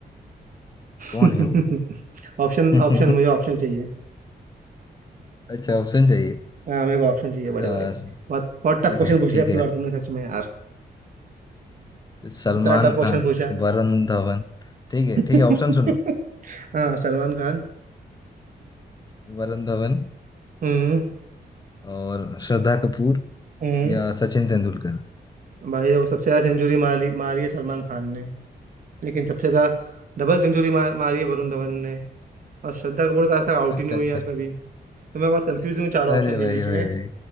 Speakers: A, on the left; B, on the right.
A: कौन
B: <laughs>
A: है वो
B: ऑप्शन
A: <laughs>
B: ऑप्शन मुझे ऑप्शन चाहिए
A: अच्छा ऑप्शन चाहिए
B: हाँ, मेरे को ऑप्शन चाहिए बड़े
A: अ,
B: भाई बहुत बहुत टफ
A: ठीक
B: क्वेश्चन
A: है
B: पूछ
A: ठीक
B: लिया आपकी
A: है
B: बार तुमने सच में यार
A: <laughs> सलमान
B: इतना टफ क्वेश्चन
A: खान
B: पूछा
A: वरुण धवन ठीक है
B: <laughs>
A: ठीक है ऑप्शन सुन लो
B: हाँ सलमान खान
A: वरुण धवन
B: हम्म
A: और श्रद्धा कपूर
B: हम्म
A: या सचिन तेंदुलकर
B: भाई देखो सबसे ज्यादा सेंचुरी मारी मारी है सलमान खान ने लेकिन सबसे ज्यादा डबल सेंचुरी मार, मारी है वरुण धवन ने और श्रद्धा कपूर तो आज तक आउट
A: अच्छा
B: ही नहीं हुई
A: अच्छा
B: यार कभी तो मैं बहुत कंफ्यूज हूँ चारों
A: अरे
B: ऑप्शन के
A: भाई
B: बीच में
A: भाई भाई